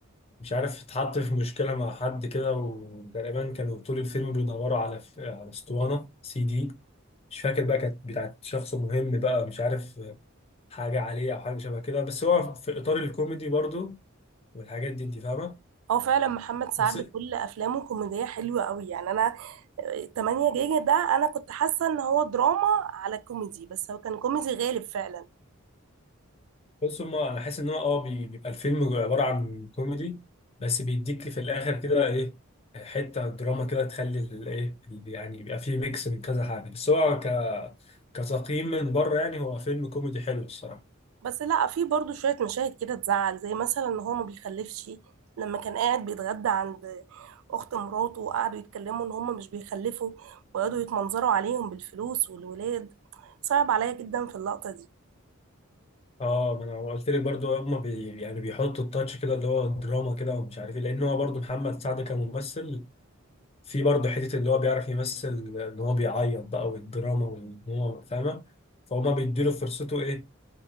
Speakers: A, on the left; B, on the right.
A: مش عارف اتحط في مشكلة مع حد كده وتقريبا كانوا طول الفيلم بيدوروا على ف... على اسطوانة سي دي مش فاكر بقى كانت بتاعت شخص مهم بقى مش عارف حاجة عليه أو حاجة شبه كده بس هو في إطار الكوميدي برضو والحاجات دي أنت فاهمة
B: هو فعلا محمد سعد
A: بس
B: كل افلامه كوميديه حلوه قوي يعني انا 8 جيجا ده انا كنت حاسه ان هو دراما على كوميدي بس هو كان كوميدي غالب فعلا
A: بص هما أنا حاسس إن هو أه بي- بيبقى الفيلم عبارة عن كوميدي بس بيديك في الآخر كده إيه حته دراما كده تخلي الايه يعني يبقى فيه ميكس من كذا حاجه بس هو كتقييم من بره يعني هو فيلم كوميدي حلو الصراحه
B: بس لا في برضو شويه مشاهد كده تزعل زي مثلا ان هو ما بيخلفش لما كان قاعد بيتغدى عند اخت مراته وقعدوا يتكلموا ان هم مش بيخلفوا وقعدوا يتمنظروا عليهم بالفلوس والولاد صعب عليا جدا في اللقطه دي
A: اه ما انا قلت لك برضو هما بي يعني بيحطوا التاتش كده اللي هو دراما كده ومش عارف ايه لان هو برضو محمد سعد كممثل في برضو حته اللي هو بيعرف يمثل ان هو بيعيط بقى والدراما وان هو فاهمه فهما بيديله فرصته ايه